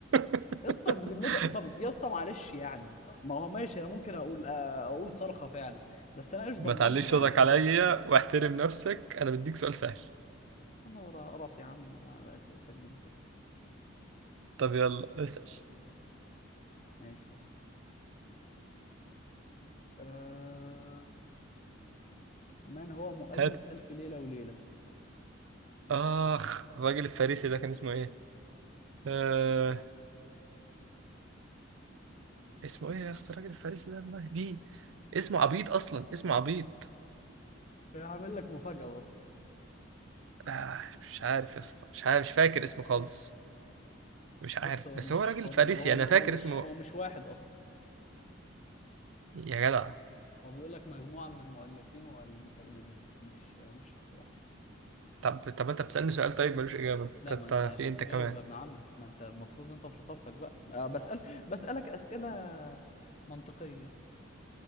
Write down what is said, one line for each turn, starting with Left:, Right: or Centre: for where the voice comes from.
Right: <laughs>
Left: يا اسطى بذمتك طب يا اسطى معلش يعني ما هو ماشي انا ممكن اقول آه، اقول صرخة فعلا بس انا ايش ضمني
Right: ما تعليش
Left: يعني
Right: صوتك
Left: انت
Right: عليا واحترم نفسك انا بديك سؤال سهل
Left: انا ورا قرف يا عم انا بأسئلتك بنت ال-
Right: طب يلا اسأل
Left: ماشي يا اسطى أه... من هو مؤلف
Right: هات
Left: ألف ليلة وليلة؟
Right: اخ الراجل الفارسي ده كان اسمه ايه آه... اسمه ايه يا اسطى الراجل الفارسي ده الله دي اسمه عبيط اصلا اسمه عبيط
Left: هعمل لك مفاجأة يا اسطى
Right: آه... مش عارف يا اسطى مش عارف مش فاكر اسمه خالص مش عارف
Left: بص هو
Right: بس
Left: مش
Right: هو راجل
Left: هو
Right: فارسي
Left: مش هو
Right: انا فاكر
Left: هو مش
Right: اسمه
Left: هو مش واحد اصلا
Right: يا جدع
Left: هو بيقول لك مجموعه من المؤلفين والمترجمين مش مش شخص واحد
Right: طب طب انت بتسألني سؤال طيب ملوش اجابة
Left: لا
Right: انت
Left: ما انت
Right: أنت
Left: عشان
Right: في إيه انت
Left: تجاوب
Right: كمان
Left: يا ابن عمي ما انت المفروض انت وشطارتك بقى آه، بسأل بسألك اسئله منطقيه